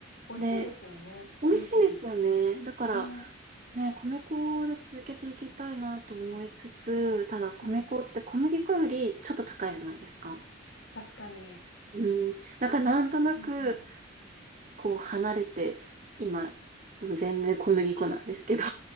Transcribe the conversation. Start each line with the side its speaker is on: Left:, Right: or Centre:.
Left: 美味しいですよね。
Right: で、美味しいんですよね。
Left: うん
Right: だから
Left: うん。ね。
Right: ね、米粉で続けていきたいなと思いつつ、ただ米粉って小麦粉よりちょっと高いじゃないですか。
Left: うん。確かに。
Right: うん。だからなんとなく、
Left: うんうん。
Right: こう離れて、今、もう全然小麦粉なんですけど。